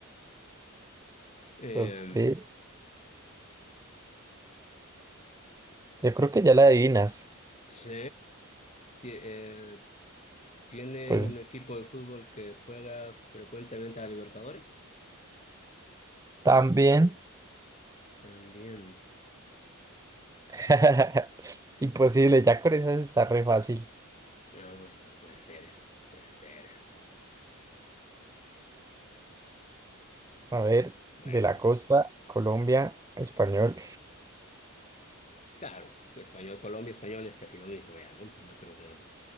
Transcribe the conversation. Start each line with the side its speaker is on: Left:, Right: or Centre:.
Left: Eh,
Right: Pues sí, yo creo que ya la adivinas.
Left: sí. ti- eh, tiene
Right: Pues
Left: un equipo de fútbol que juega frecuentemente a Libertadores.
Right: también.
Left: También.
Right: <laughs> Imposible, ya con esas está re fácil.
Left: Ah, pues puede ser, puede ser.
Right: A ver,
Left: Bueno,
Right: de la costa, Colombia, español.
Left: Claro, español, Colombia, español es casi lo mismo ya, ¿no? No creo que...